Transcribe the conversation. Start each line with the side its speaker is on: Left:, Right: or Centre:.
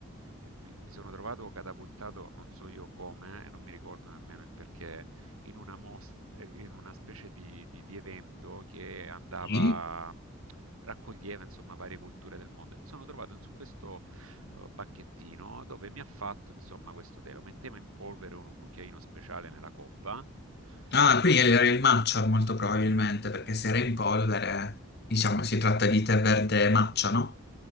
Right: eh, mi, mi sono trovato catapultato, non so io come, eh, e non mi ricordo nemmeno il perché, in una, mos- eh, in una specie di, di- di evento che andava,
Left: Sì.
Right: raccoglieva insomma varie culture del mondo. E mi sono trovato in- su questo eh, banchettino dove mi ha fatto insomma questo tè, lo metteva in polvere con un cucchiaino speciale nella coppa
Left: Ah,
Right: e...
Left: quindi era il matcha molto probabilmente, perché se era in polvere, diciamo, si tratta di tè verde matcha, no?